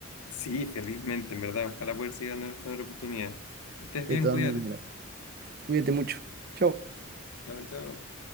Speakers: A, on the left (about 80°); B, on the right (about 45°).
A: Sí, felizmente, en verdad. Ojalá poder seguir dando esta otra oportunidad. Estés
B: De
A: bien,
B: todas
A: cuídate.
B: maneras, cuídate mucho. Chao.
A: Chao, chao.